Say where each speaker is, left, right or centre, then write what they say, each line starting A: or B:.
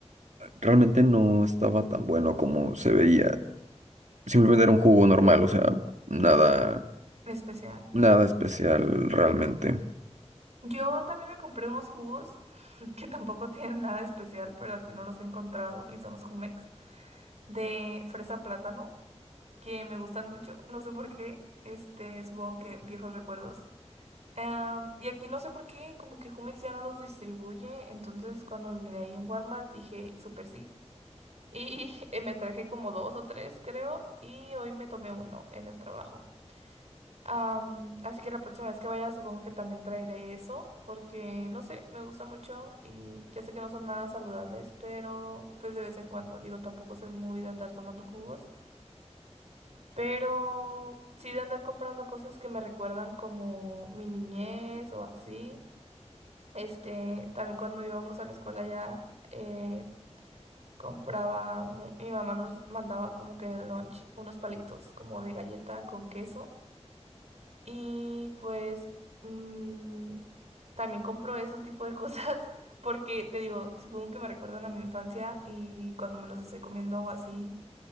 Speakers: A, on the right; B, on the right.
A: Realmente no estaba tan bueno como se veía. Simplemente era un jugo normal, o sea, nada,
B: Especial.
A: nada especial realmente.
B: Yo también me compré unos jugos <laughs> que tampoco tienen nada especial, pero aquí no los he encontrado y son los Jumex de fresa plátano. que me gustan mucho, no sé por qué, este, supongo que viejos recuerdos. Em, y aquí no sé por qué, como que Jumex ya no los distribuye, entonces cuando los miré ahí en Walmart dije, súper sí. Y <laughs> eh, me traje como dos o tres, creo, y hoy me tomé uno en el trabajo. Am, así que la próxima vez que vaya supongo que también traeré eso, porque no sé, me gusta mucho y ya sé que no son nada saludables, pero pues de vez en cuando, digo, tampoco soy muy de andar tomando jugos. Pero sí de andar comprando cosas que me recuerdan como mi niñez o así. Este, también cuando íbamos a la escuela ya eh, compraba, mu- mi mamá nos mandaba como que en el lunch unos palitos como de galleta con queso. Y pues mm, también compro esos tipo de cosas <laughs> porque te digo, supongo que me recuerdan a mi infancia y cuando me los estoy comiendo o así,